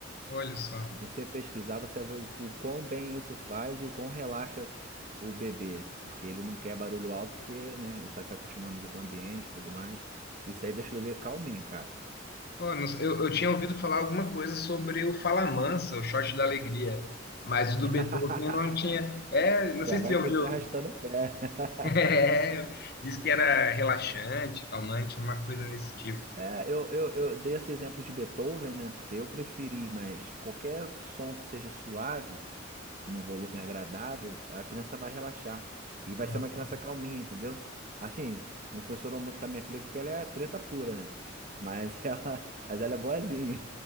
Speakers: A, on the left (about 55°); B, on the right (about 45°).
A: olha só.
B: Se você pesquisar, você vai ver o, o quão bem isso faz e o quão relaxa o bebê, porque ele não quer barulho alto, porque, né, ele tá se acostumando com o ambiente e tudo mais. Isso aí deixa o bebê calminho, cara.
A: Pô, não sei, eu, eu tinha ouvido falar alguma coisa sobre o Falamansa, o shot da alegria, mas o do
B: <laughs>
A: Beethoven eu não tinha. É, não sei
B: Já
A: se
B: vai
A: você já
B: crescer
A: ouviu.
B: arrastando o pé. <laughs>
A: <laughs> É, diz que era relaxante, calmante, uma coisa desse tipo.
B: É, eu, eu, eu dei esse exemplo de Beethoven, né? Porque eu preferi, mas qualquer som que seja suave, num volume agradável, a criança vai relaxar. E vai
A: Ah.
B: ser uma criança calminha, entendeu? Assim, não funcionou muito com a minha filha, porque ela é treta pura, né? Mas <laughs> ela, mas ela é boazinha.